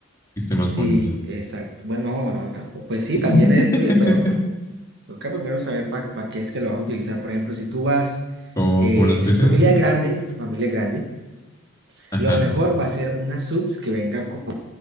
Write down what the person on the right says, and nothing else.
sí,
exacto. Bueno, no, no, tampoco. Pues sí,
también es, bu- pero Toca primero saber para qué es que lo vas a utilizar. Por ejemplo, si tú vas,
eh,
si
tu familia
es grande, si tu familia es grande,
lo mejor va a ser una subs que venga con